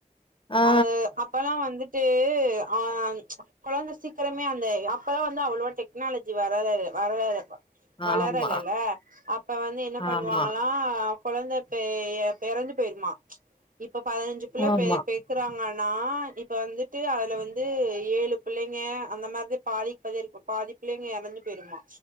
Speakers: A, on the left; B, on the right.
A: ஆ
B: அது அப்பல்லா வந்துட்டு ஆ கோழந்த சீக்கிரமே அந்த அப்பல்லா வந்து அவ்ளோவா டெக்னாலஜி வரவேல்ல வரவேல்ல வளரலல்ல
A: ஆமா
B: அப்ப வந்து என்ன பண்ணு
A: ஆமா
B: ஆ கொழந்த பெ எறந்து பேயிருமா இப்போ பதினஞ்சி புள்ள
A: ஆமா
B: பெ பெத் க்குறாங்கனானா இப்ப வந்துட்டு அதுல வந்து ஏழு பிள்ளைங்க அந்த மாரிதா பாதிக்கு பாதியா இரு அப்ப பாதி பிள்ளைங்க எறந்து போய்ருமா